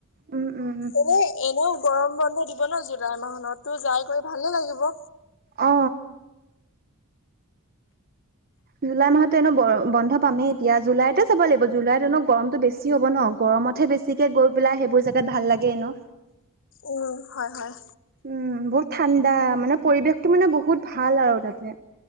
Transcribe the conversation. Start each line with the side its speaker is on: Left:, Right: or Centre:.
Right: উম উম
Left: এনে এনেও। গৰম বন্ধ দিব ন জুলাই মাহত তো যাই কৰি ভালে লাগিব।
Right: অ। জুলাই মাহতো এনে বন্ধ পামেই এতিয়া, জুলাইতে চাব লাগিব জুলাইত হেনো। গৰমতটো বেছি হ'ব ন, গৰমতহে বেছিকে গৈ পেলাই সেইবোৰ জেগাত ভাল লাগে এনেও।
Left: উম, হয়, হয়
Right: উম বহুত ঠাণ্ডা মানে পৰিৱেশ। টো মানে বহুত ভাল আৰু তাতে।